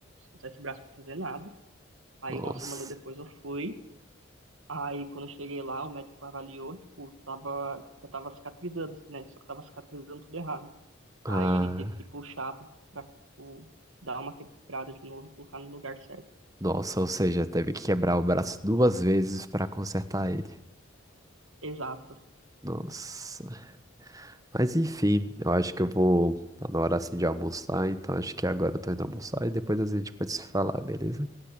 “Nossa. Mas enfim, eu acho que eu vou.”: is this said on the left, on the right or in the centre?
Right